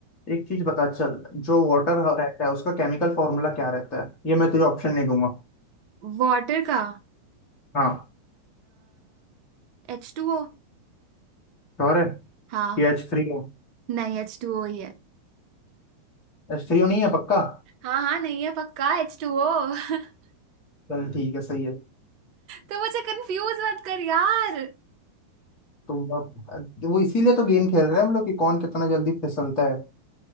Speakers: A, on the left; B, on the right.
A: एक चीज बता चल जो वाटर रहता है उसका केमिकल फॉर्मूला क्या रहता है ये मैं तुझे ऑप्शन नहीं दूंगा
B: वाटर का
A: हाँ
B: H two O
A: श्योर है
B: हाँ
A: ये H three O
B: नहीं एच टू ओ ही है
A: H three O नहीं है पक्का
B: हाँ हाँ नहीं है पक्का एच टू ओ <laughs>
A: चल ठीक है सही है
B: तो मुझे कंफ्यूज मत कर यार
A: तुम अब वो इसीलिए तो गेम खेल रहे हैं हम लोग कि कौन कितना जल्दी फिसलता है